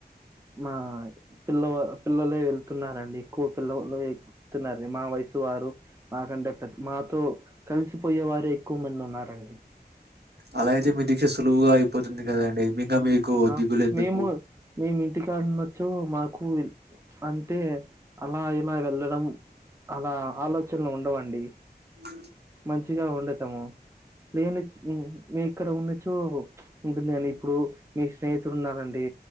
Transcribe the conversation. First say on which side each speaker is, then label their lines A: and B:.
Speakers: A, on the right (about 15°); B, on the right (about 70°).
A: మా పిల్ల పిల్లలే వెళ్తున్నారండి ఎక్కువ పిల్లలు చెప్తున్నారు మా వయసు వారు మాకంటే మాతో కలిసిపోయే వారే ఎక్కువ మంది ఉన్నారండి
B: అలా అయితే మీ దిక్ష సులువుగా అయిపోతుంది కదండి ఇంకా మీకు
A: ఆ!
B: దిగులు ఎందుకు
A: మేము, మేము ఇంటికాడనొచ్చో మాకు అంటే అలా ఇలా వెళ్ళడం అలా ఆలోచనలు ఉండవండి
B: ఊ
A: మంచిగా ఉండతాము నేను మీ ఇక్కడ ఉన్నచో ఉంటుంది కానీ ఇప్పుడు మీ స్నేహితుడు ఉన్నారండి